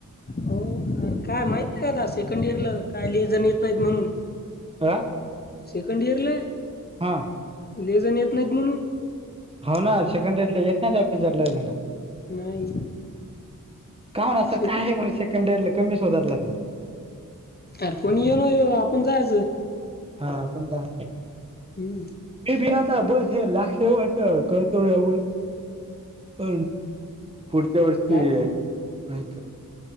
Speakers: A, on the left (about 30°); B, on the right (about 15°).
A: हो र काय माहित
B: हम्म.
A: नाही काता सेकंड इयर ल काय लिजण येतोय म्हणून
B: ह
A: सेकंड इयरला
B: हा
A: लेजण येत नाहीत म्हणून
B: हो ना सेकंड ड येत नाहीारला ना
A: नाही
B: का म्ह ना असं
A: सेकंड
B: काय आहे बर सेकंड कमी शोधात ल का
A: अर कोणी येऊन आपण जायचं
B: हा पण जा
A: हम्म
B: मी बी आता बस हे लागव करतो ये पण पुढच्या वर्षी
A: नाही
B: नाही करत